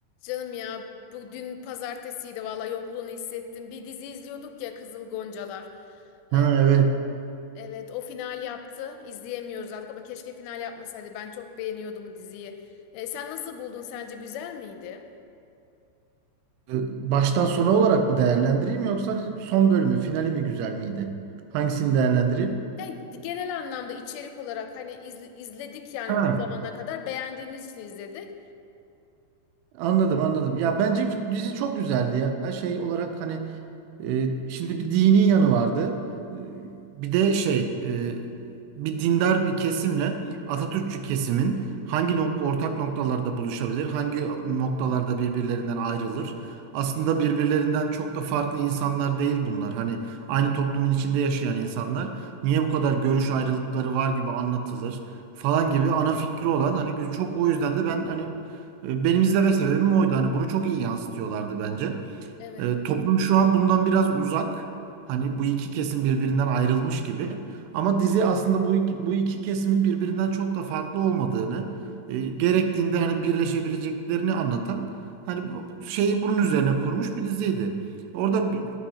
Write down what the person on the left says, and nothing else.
Canım ya bu dün pazartesiydi valla yokluğunu hissettim. Bir dizi izliyorduk ya Kızıl Goncalar. Ee,
evet o final yaptı. İzleyemiyoruz artık ama keşke final yapmasaydı. Ben çok beğeniyordum o diziyi. Ee, sen nasıl buldun? Sence güzel miydi?
Yani genel anlamda içerik olarak hani izle- izledik yani
bu zamana kadar beğendiğimiz için izledik.
Evet,